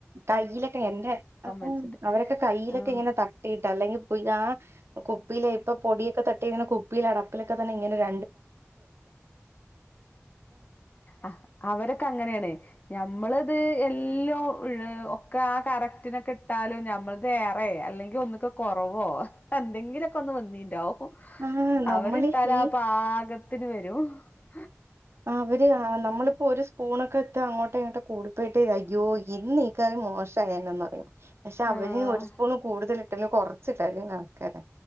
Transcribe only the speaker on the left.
വെച്ചിട്ട്
ആഹ്
ആഹ് അവരൊക്കെ അങ്ങനേണെ ഞമ്മളിത് എല്ലോ ഉള്ള് ഒക്കെ ആ കറക്റ്റിനൊക്കെ ഇട്ടാലും ഞമ്മൾത് ഏറെ അല്ലെങ്കിൽ ഒന്നൊക്കെ കുറവോ എന്തെങ്കിലൊക്കെ ഒന്ന് വന്നീണ്ടാവും
അവരിട്ടാല
ആ പാകതി ത്തിന് വരും ഹ്
ആഹ്